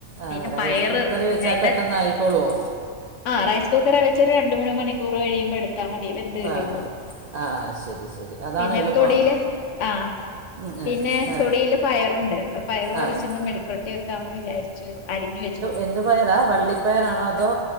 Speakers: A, on the right; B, on the left.
A: ആ ആ
B: പിന്നെ
A: റൈസ്
B: പയറ്
A: കുക്കറിൽ
B: പിന്നെതിന്റെ
A: വെച്ചാൽ പെട്ടെന്ന് ആയിക്കോളുമോ
B: ആ റൈസ് കുക്കറെ വെച്ചരു രണ്ട മൂന്ന് മണിക്കൂർ കഴിയുമ്പോ എടുത്ത് ത്താ മതി വെന്ത് കിട്ടി
A: ആ
B: പോകും
A: ആ ശരി ശരി അതാണ്
B: പിന്നെ
A: എളുപ്പം
B: തൊടില് ആ
A: ഉം,
B: പിന്നെ
A: ഉം, ആ,
B: തൊടിൽ പയറുണ്ട് പയർ കുറച്ച്ന്ന്
A: ആണല്ലേ
B: മെഴക്കൊര്ട്ടി <unintelligible> ചുഅരിഞ്ഞ വെ
A: എന്തു പയറാ വള്ളിപ്പയറാണോ അതോ